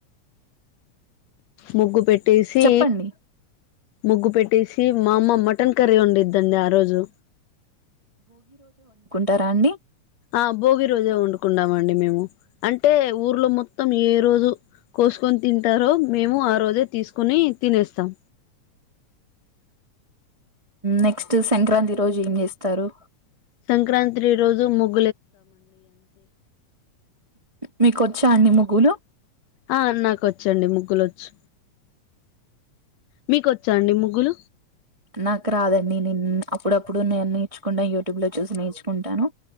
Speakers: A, on the left; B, on the right.
A: ముగ్గు పెట్టేసి
B: చెప్పండి
A: ముగ్గు పెట్టేసి మా అమ్మ మటన్ కర్రీ వండిద్దండి ఆ రోజు
B: ఉంటరా అండి
A: ఆ భోగి రోజే వండుకుంటం అండి మేము అంటే ఊర్లో మొత్తం ఈ రోజు కోసుకొని తింటారో మేము ఆ రోజే తీసుకొని తినేస్తాం
B: నెక్స్ట్ సంక్రాంతి రోజు ఏం చేస్తారు
A: సంక్రాంతి డే రోజు ముగ్
B: మీకొచ్చా అండి ముగ్గులు
A: ఆ నాకు వచ్చండి ముగ్గులు వచ్చు మీకొచ్చాండి ముగ్గులు
B: నాకు రాదండి నేను అప్పుడప్పుడు నేను నేర్చుకుంట యూట్యూబ్ లో చూసి నేర్చుకుంటాను